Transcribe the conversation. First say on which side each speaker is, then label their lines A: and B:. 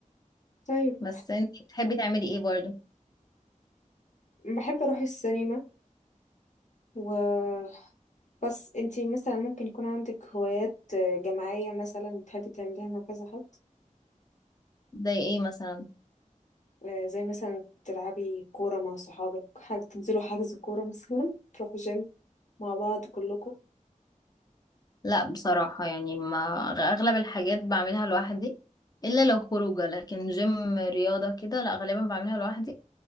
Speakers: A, on the left; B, on the left.
A: طيب
B: بس انت بتحبي تعملي ايه برضو
A: بحب اروح السينما و بس انتي مثلا ممكن يكون عندك هوايات آه، جماعية مثلا بتحبي تعمليها مع كذا حد
B: زي ايه مثلا
A: آه، زي مثلا تلعبي كورة مع صحابك حاجة تنزلوا حجز كورة مثلا <laughs> تروحوا جيم مع بعض كلكم
B: لا بصراحة يعني ما أغلب الحاجات بعملها لوحدي إلا لو خروجة لكن جيم رياضة كده لا غالبا بعملها لوحدي